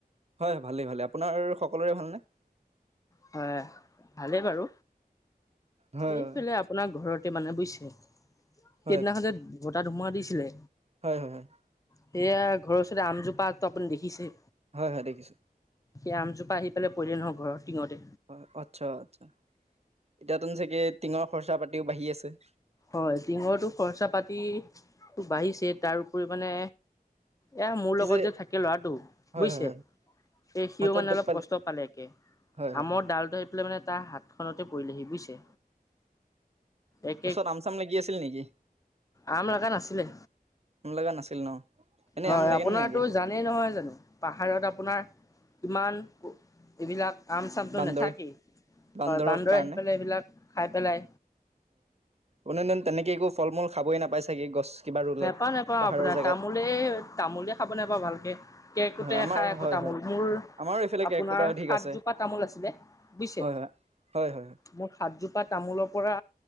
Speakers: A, on the right; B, on the left.
A: হয় হয় ভালেই ভালেই আপোনাৰ সকলোৰে ভালনে?
B: হয় ভালেই বাৰু,
A: হয়
B: এইফালে
A: হয়।
B: আপোনাৰ ঘৰত। মানে বুজিছে সেইদিনাখন
A: হয়
B: যে বতা ধুমুহা দিছিলে
A: হয় হয় হয়।
B: সেয়া ঘৰৰ ওচতে আমজোপাটো আপুনি দেখিছে
A: হয় হয় দেখিছোঁ
B: সেই আমজোপা আহি পাই পৰিলে নহয় ঘৰ টিঙতে
A: হয় আচ্ছা আচ্ছা এতিয়াতোন চাগে টিঙৰ খৰচা পাতিও বাঢ়ি আছে
B: হয় টিঙৰটো খৰচা পাতিটো বাঢ়িছে তাৰপৰি মানে এয়া মোৰ
A: পিছে
B: লগত যে থাকে ল'ৰাটো
A: হয়
B: বুজিছে
A: হয় হয়
B: সেই সিও
A: হাতত
B: মানে
A: দুখ
B: অলপ কষ্ট পালে একে
A: হয় হয়
B: আমৰ ডালো মানে তাৰ হাতখনতে পৰিলেহি বুজিছে এক
A: ৰামচাম লাগি আছিল নেকি
B: আম লগা নাছিলে
A: আম লগা নাছিল ন এনেই
B: হয়
A: আম লাগে
B: আপোনাৰতো
A: নে নালাগে
B: জানেই নহয় জানো পাহাৰত আপোনাৰ কিমান এইবিলাক আম চামটো
A: বান্দৰ
B: নাথাকি
A: বান্দৰৰ
B: হয় বান্দৰ
A: কাৰণে
B: আহি পেলাই এইবিলাক খাই পেলাই
A: কোনোদিন তেনেকে একো ফল মূল খাবই নাপাই চাগে গছ কিবা ৰুলে
B: নেপাও নাপাও
A: পাহাৰৰ
B: আপোনাৰ
A: জেগাত
B: তামোলে তামোলে খাব নোপাও ভালকে কেকোটোৰা
A: হয় আমাৰ
B: খাই আকৌ
A: হয়
B: তামোল
A: হয়
B: তামোল মোৰ
A: আমাৰো এইফালে
B: আপোনাৰ
A: কেৰ্কেটুৱা অধিক
B: সাতজোপা
A: আছে
B: তামোল আছিলে বুজিছে
A: হয় হয় হয় হয়
B: মোৰ সাতজোপা তামোলৰ পৰা